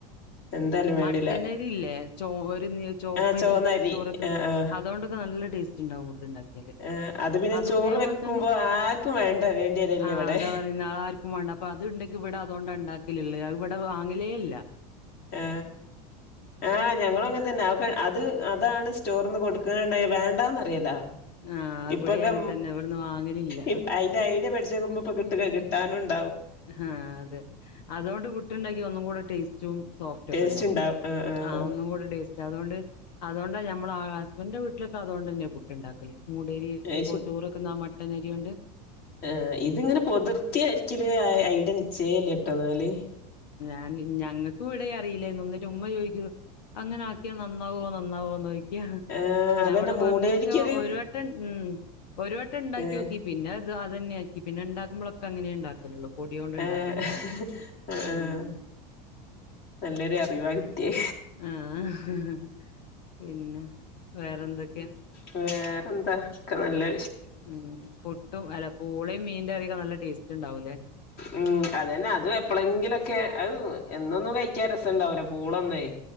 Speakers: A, on the left; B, on the left.
A: എന്തായാലും വേണ്ടില്ല
B: മട്ടനരി ഇല്ലേ ചോ ഒരു ചോപ്പരി
A: ആഹ് ചോന്നരി
B: ചോറെക്കുന്നെ
A: ആഹ് ആഹ്
B: അതുകൊണ്ടൊക്കെ നല്ല ടേസ്റ്റാ. ഇണ്ടാവ്വോ? ഇണ്ടാക്കിയാല്,
A: ആഹ് അത് പിന്നെ
B: അതു
A: ചോറ്
B: ഇതേപോലെ
A: വെക്കുമ്പോ
B: തന്നെ
A: ആർക്കും വേണ്ട വേണ്ടിവരല്ലേ
B: ആ
A: ഇവിടെ
B: അതാ പറയുന്നെ ആരു ക്കും വേണ്ട അപ്പൊ അതുണ്ടെങ്കി ഇവിടെ അതുകൊണ്ട് ഉണ്ടാക്കലില്ല ഇവിടെ വാങ്ങലേല്ല.
A: ആ ആ ഞങ്ങളു അങ്ങനെ തന്നെ അവക്ക് അത് അതാണ് സ്റ്റോറിന്ന് കൊടുക്കണണ്ടായ വേണ്ടാന്നറിയില്ല
B: ആ ഇവിടെ
A: ഇപ്പൊക്കെ
B: അങ്ങനെ തന്നെ ഇവിടുന്ന് വാങ്ങലില്ല
A: ഇ അയിന്റെ ഐഡിയ പഠി ഇജേകുമ്പോ പുട്ട് കിട്ടാനുണ്ട്
B: ആ അതെ അതോണ്ട് പുട്ട്ണ്ടാക്കി ഒന്നും കൂടെ ടേസ്റ്റും സോഫ്റ്റ്
A: ടേസ്റ്റ്
B: ഒക്കെ ഉണ്ടാവും
A: ആഹ് ആഹ്
B: ആ ഒന്നും കൂടെ ടേസ്റ്റ് അതോണ്ട് അതുകൊണ്ട നമ്മള് ആ ഹസ്ബൻന്റെ വീട്ടിലൊക്കെ അതോണ്ടന്നേ പുട്ട് ഉണ്ടാക്കല് മൂടരി
A: അത്
B: ചപ്പോ ചോറ് വെക്കുന്ന ആ മട്ടൻ അരിയോണ്ട്
A: ആ ഇതിങ്ങനെ പൊതിർത്തി അരിക്കല് ഐ ഐഡിയ നിച്ചേ ഇല്ലട്ടോ ന്നാല്
B: ഞാന് ഞങ്ങൾക്കു ഇവിടെ അറില്ലായിരുന്നു ന്നിട്ട് ഉമ്മ ചോയ്ക്കു അങ്ങനെ ആക്കിയാ നന്നാവോ നന്നാവോന്നു ന്നോ യാ
A: ആഹ്
B: ഞാൻ
A: അതന്നെ
B: ഇവിടെ
A: മൂടേരിക്കൊരു
B: പറഞ്ഞ ശേഷം ഒരു വട്ടം ഉം ഒരു വട്ടം ഉണ്ടാക്കി
A: ഏഹ്
B: നോക്കി പിന്നെ അത് അതന്നേ ആക്കി പിന്നെ ഇണ്ടാക്കുമ്പളൊക്കെ അങ്ങനെ ഇണ്ടാക്കലൊള്ളൂ പൊടിയോണ്ട് ഇണ്ടാക്കലില്ല
A: ആഹ് ആഹ്
B: ഉം
A: നല്ലൊരു അറിവ
B: പി
A: കിട്ടിയേ
B: ആഹ് പിന്നെ വേറെന്തൊക്കെയാ
A: വേറെന്താ ഒക്ക നല്ലേ
B: ഉം പുട്ടും അല്ല പൂളേം മീന്റെ അധികം നല്ല ടേസ്റ്റ് ഉണ്ടാവൂല്ലേ
A: ഉം അതന്നെ അത് എപ്പഴെങ്കിലൊക്കെ അത് എന്നൊന്നും കഴിക്കാൻ രസുണ്ടാവില്ല പൂളന്നെ